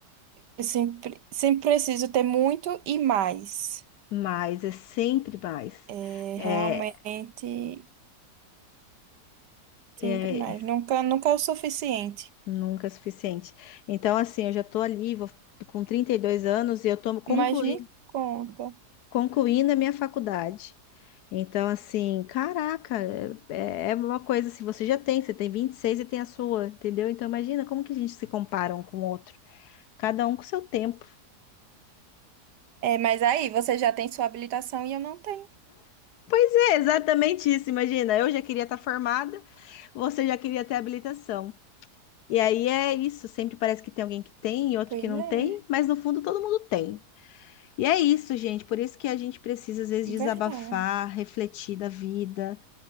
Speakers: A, on the right; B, on the left.
A: Eu sempre, sempre preciso ter muito e mais.
B: Mas é sempre mais.
A: É,
B: É,
A: realmente, sempre
B: é,
A: mais. Nunca, nunca é o suficiente.
B: Nunca é suficiente. Então, assim, eu já estou ali, vou, com 32 anos, e eu estou concluindo,
A: Mas me conta.
B: concluindo a minha faculdade. Então, assim, caraca, é, é uma coisa assim, você já tem, você tem 26 e seis e tem a sua, entendeu? Então, imagina como que a gente se compara um com o outro, cada um com seu tempo.
A: É, mas aí você já tem sua habilitação e eu não tenho.
B: Pois é, exatamente isso, imagina, eu já queria estar formada, você já queria ter habilitação. E aí é isso, sempre parece que tem alguém que tem e outro
A: Pois
B: que não tem,
A: é,
B: mas no fundo todo mundo tem. E é isso, gente. Por isso que a gente precisa, às vezes, desabafar,
A: verdade.
B: refletir da vida.